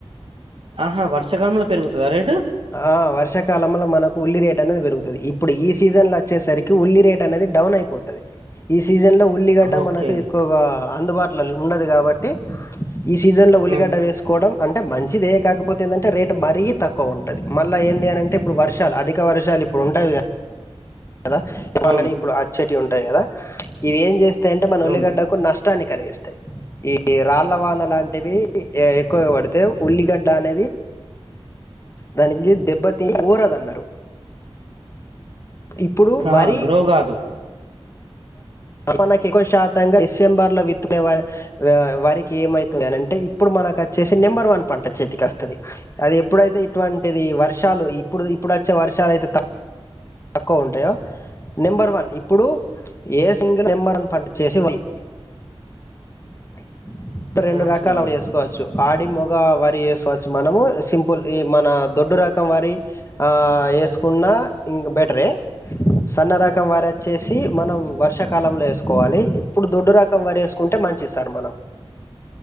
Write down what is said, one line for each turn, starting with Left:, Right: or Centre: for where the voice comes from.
Right: ఆహా వర్షాకాలంలో పెరుగుతదా రేటు
Left: ఆ వర్షాకాలంలో మనకు ఉల్లి రేటు అనేది పెరుగుతది ఇప్పుడు ఈ సీజన్ లో వచ్చేసరికి ఉల్లి రేట్ అనేది డౌన్ అయిపోతది ఈ సీజన్లో ఉల్లిగడ్డ
Right: ఓకే
Left: మనకు ఎక్కువగా అందుబాట్లాల్లా ఉండదు కాబట్టి ట్టి ఈ సీజన్ లో ఉల్లిగడ్డ
Right: ఉమ్
Left: వేసుకోవడం అంటే మంచిదే కాకపోతే ఏందంటే రేట్ మరీ తక్కువ. తక్కువ ఉంటుది మళ్ళ ఏంది అని అంటే ఇప్పుడు వర్షాలు అధిక వర్షాలు ఇప్పుడు ఉంటావి కదా. కదా ఇవాళ్లని
Right: అవును
Left: ఇప్పుడు ఆ చె ఉంటాయి కదా ఇది ఏం చేస్తాయంటే మన
Right: అవును
Left: ఉల్లిగడ్డకు నష్ నష్టాన్ని కలిగిస్తాయి ఈ రాళ్ల వాన లాంటివి ఎక్కువగా పడితే ఉల్లిగడ్డ అనేది దానికి దెబ్బతి ఊరదన్న ఇప్పుడు
Right: ఆ
Left: వరి
Right: గ్రో కాదు
Left: మనకి ఎక్కువ శాతంగా డిసెంబర్ లో వితుకు వ వరికి. కేమైతది అంటే ఇప్పుడు మనకు అ చేసి నెంబర్ వన్ పంట చేతికి వస్తుది అది ఎప్పుడైతే ఇటువంటిది వర్షాలు ఇప్పుడు ఇప్పుడు వచ్చే వర్షాలు అయితే తక్ తక్కువ ఉంటాయ నెంబర్ వన్ ఇప్పుడు ఏ సింగిల్ నెంబర్ అన్ పంట చేసి వల్ ఇడు రెండు
Right: ఆహా
Left: రకాలు వరి చేసుకోవచ్చు ఆ మొగ వరి చేసుకోవచ్చు మనము సింపుల్ ఈ మన దొడ్డు రాక్ మొత్తం వరి ఆ వేసుకున్న ఇం బెటరే సన్న రకం వారు వచ్చేసి మనం వర్షాకాలంలో వేసుకోవాలి ఇప్పుడు దొడ్డు రకం వర్ వేసుకుంటే మంచి మంచిది సార్ మనంమ్